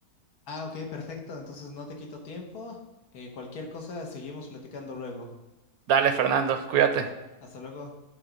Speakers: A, on the left; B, on the right.
A: Ah, ok, perfecto. Entonces no te quito tiempo. Eh, cualquier cosa, seguimos platicando luego.
B: Dale, Fernando, cuídate.
A: Hasta luego.